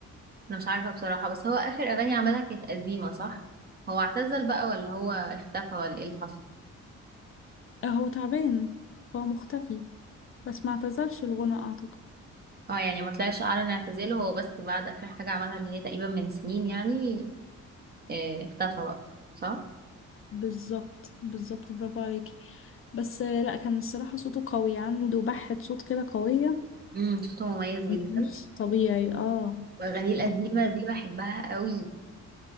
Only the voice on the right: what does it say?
انا مش عارفة بصراحة بس هو اخر اغاني عملها كانت قديمة صح هو اعتزل بقى ولا هو اختفى ولا ايه اللي حصل
اه يعني ما طلعش اعلن اعتزاله هو بس بعد اخر حاجة عملها اللي هي تقريبا من سنين يعني آه، اختفى بقى صح
امم صوته مميز جدا
واغانيه القديمه
دي بحبها قوي